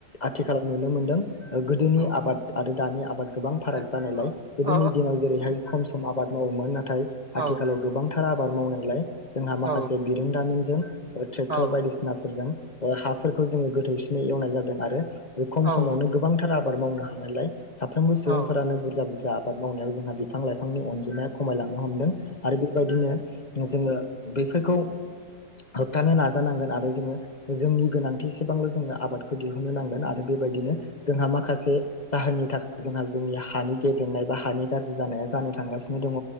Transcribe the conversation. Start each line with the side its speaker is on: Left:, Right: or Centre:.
Left: आथिखालाव नुनो मोनदों गोदोनि
Right: औ
Left: आबाद दानि आबाद गोबां फाराग
Right: औ
Left: जानायलाय
Right: औ
Left: गोदोनि
Right: औ
Left: दिनाव जेरैहाय खम सम आबाद मावोमोन ना थाय
Right: औ
Left: आथिखालाव गोबां थार आबाद मावनायलाय जोंहा माखासे
Right: औ
Left: बिरोंदामिन जों ट्रेक्टर
Right: औ
Left: बायदिसिना फोरजों ओ हाफोरखौ जोङो गोथौसि नै एवनाय जादों आरो बे खम
Right: औ औ
Left: समावनो गोबांथार आ बाद मावनो हानायलाय साफ्रोमबो सुबुंफोरानो
Right: नोंथां
Left: बुरजा बु जा आबाद मावनायाव जोंहा बिफां लाइफांनि अन जिमाया खमायलांनो हमदों आरो बेबायदिनो जोङो बेफोरखौ होबथानो नाजानांगोन आ रो जोङो जोंनि गोनांथि सेबांल' जोङो आबादखौ दिहुननो नांगोन आ रो बेबायदिनो जोंहा माखासे जाहोननि थाखाय जोंहा जोंनि हानि गेबेंनाय बा हानि गाज्रि जानाया जानो थांगासिनो दङ।